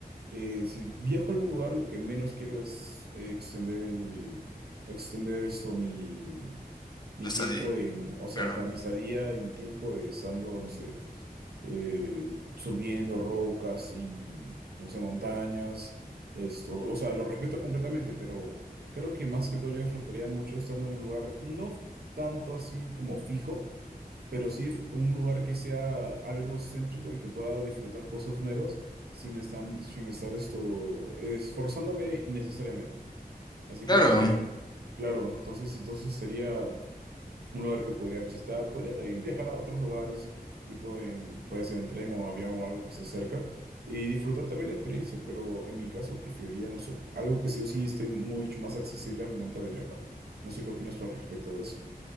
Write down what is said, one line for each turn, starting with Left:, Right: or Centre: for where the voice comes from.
Right: eh, si viajo a algún lugar, lo que menos quiero es eh, extender el, extender esto, mi, mi
Left: Tú está
Right: tiempo
Left: de,
Right: en, o sea,
Left: claro,
Right: claro, mi estadía y mi tiempo estando, no sé eh, subiendo rocas y, no sé, montañas, esto, o sea, lo respeto completamente, pero creo que más que todo yo disfrutaría mucho estando en un lugar, no tanto así como fijo, pero sí dif- un lugar que sea algo céntrico y que pueda disfrutar cosas nuevas sin estar, sin estar esto esforzándome innecesariamente. Así
Left: claro,
Right: que pues también, claro, entonces, entonces sería un lugar que podría visitar. Podría también viajar a otros lugares, tipo en, puede ser en tren o avión o algo que esté cerca, y disfrutar también la experiencia, pero en mi caso preferiría, no sé, algo que sí o sí esté mucho más accesible al momento de viajar. No sé qué opinas tú al respecto de eso.